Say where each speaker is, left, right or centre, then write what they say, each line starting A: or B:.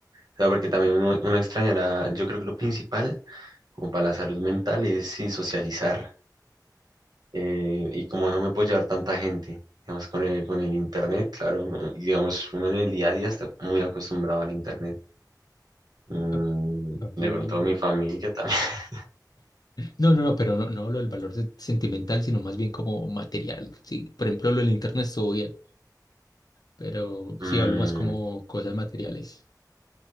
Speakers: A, on the right; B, on the left.
A: O sea, porque también uno, uno extrañará, yo creo que lo principal. como para la salud mental es y socializar. eh, y como no me puedo llevar tanta gente, digamos, con el, con el internet, claro, no, y digamos, uno en el día a día está muy acostumbrado al internet. Mm,
B: Ah, ah.
A: de pronto mi familia también. <laughs>
B: No, no, no, pero no, no hablo del valor se- sentimental, sino más bien como material. Sí, por ejemplo, lo del internet estuvo bien, pero sí
A: Mm,
B: hablo más como cosas materiales.